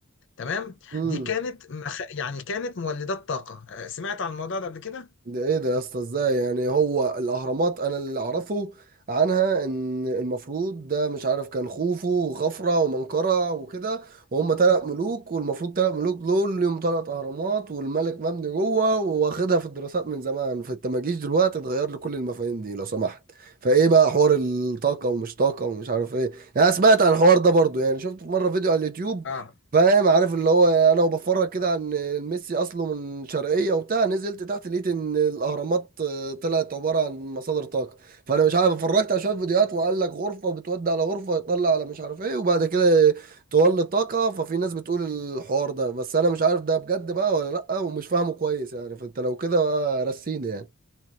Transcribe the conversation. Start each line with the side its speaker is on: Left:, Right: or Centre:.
Left: تمام
Right: امم
Left: دي كانت مخ... يعني كانت مولدات طاقة آه، سمعت عن الموضوع ده قبل كده؟
Right: ده ايه ده يا اسطى ازاي يعني هو الاهرامات انا اللي اعرفه عنها ان المفروض ده مش عارف كان خوفو وخفرع ومنقرع وكده وهم تلات ملوك والمفروض تلات ملوك دول ليهم تلات اهرامات والملك مبني جوه واخدها في الدراسات من زمان فانت ما جيش دلوقتي تغير لي كل المفاهيم دي لو سمحت فايه بقى حوار الطاقه ومش طاقه ومش عارف ايه يعني أنا سمعت عن الحوار ده برضو يعني شفت في مره فيديو على اليوتيوب
Left: اه
Right: فاهم عارف اللي هو انا وبفرج كده عن ميسي اصله من شرقيه وبتاع نزلت تحت لقيت ان الاهرامات آه، طلعت عباره عن مصادر طاقه فانا مش عارف اتفرجت على شويه فيديوهات وقال لك غرفه بتودي على غرفه يطلع على مش عارف ايه وبعد كده تولد طاقه ففي ناس بتقول الحوار ده بس انا مش عارف ده بجد بقى ولا لا ومش فاهمه كويس يعني فانت لو كده بقى رسيني يعني